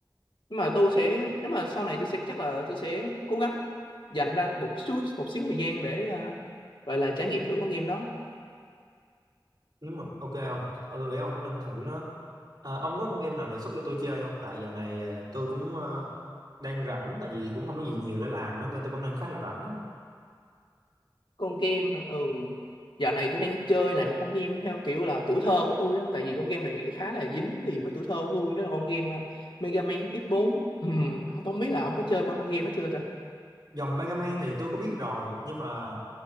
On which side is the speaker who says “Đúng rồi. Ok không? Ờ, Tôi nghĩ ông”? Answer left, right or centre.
Right